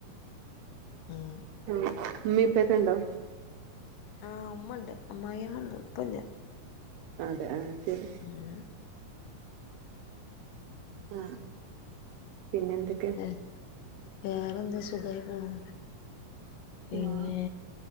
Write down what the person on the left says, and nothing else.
ആഹ്
ആഹ് ഉമ്മണ്ട് അമ്മായിമ്മ ഉണ്ട് ഉപ്പല്യാ
<unintelligible>
ഏഹ് വേറെന്ത്‌ സുഖായി പോണു. പിന്നെ